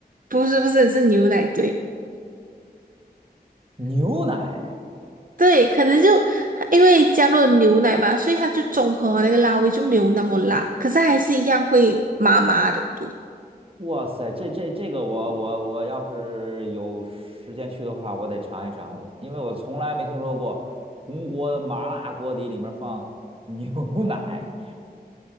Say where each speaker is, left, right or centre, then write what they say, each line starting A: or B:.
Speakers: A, on the right (about 55°); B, on the right (about 35°).
A: 不是不是是牛奶，对
B: 牛奶？
A: 对，可能就因为加入了牛奶吧，所以它就中和了那个辣味就没有那么辣，可是还是一样会麻麻的，对
B: 哇塞，这这这个我我我要是有时间去的话，我得尝一尝，我因为我从来没听说过红锅麻辣锅底里面放牛 <laughs> 奶。